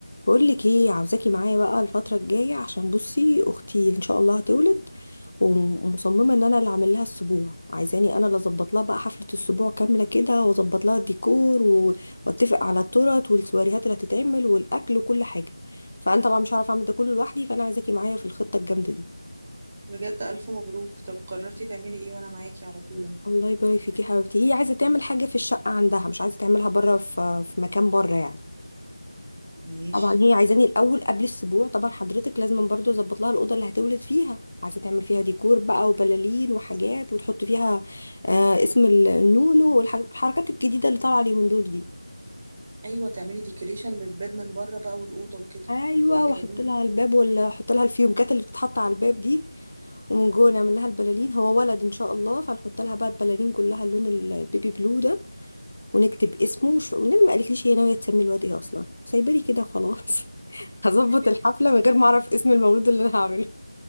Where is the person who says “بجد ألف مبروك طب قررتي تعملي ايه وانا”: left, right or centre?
Right